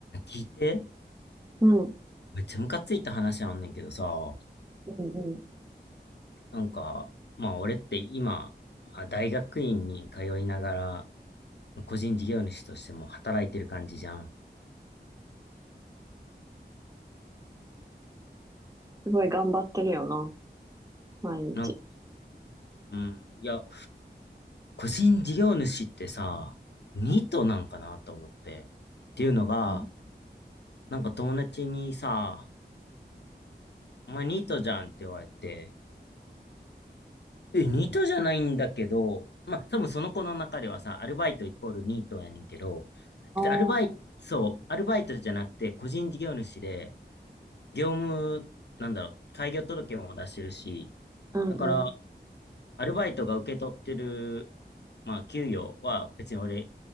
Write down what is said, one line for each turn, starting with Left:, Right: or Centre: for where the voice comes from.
Left: 聞いて、
Right: うん。うん
Left: めっちゃムカついた話あんねんけどさ、
Right: うんうん
Left: なんか、まあ俺って今、まあ、大学院に通いながら、個人事業主としても働いてる感じじゃん。
Right: すごい頑張ってるよな。毎日。
Left: なんか、うん、いや、個人事業主ってさ、ニートなんかなと思って。っていうのが、
Right: あ
Left: なんか友達にさ、お前ニートじゃんって言われて、え、ニートじゃないんだけど、まあ、多分その子の中ではさ、アルバイトイコールニートやねんけど、
Right: あー
Left: 別にアルバイト、そう、アルバイトじゃなくて、個人事業主で、業務、なんだろう、開業届も出してるし、
Right: うんうん。
Left: だから、アルバイトが受け取ってる、まあ、給与は別に俺、